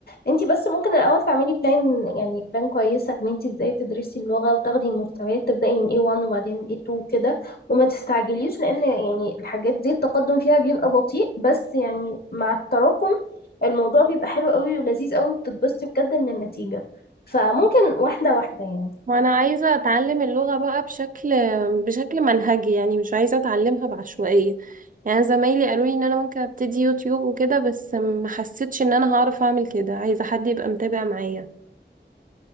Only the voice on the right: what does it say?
وانا عايزة اتعلم اللغة بقى بشكل بشكل منهجي يعني مش عايزة اتعلمها بعشوائية يعني زمايلي قالوا لي ان انا ممكن ابتدي يوتيوب وكده بس ما حسيتش ان انا هعرف اعمل كده عايزة حد يبقى متابع معايا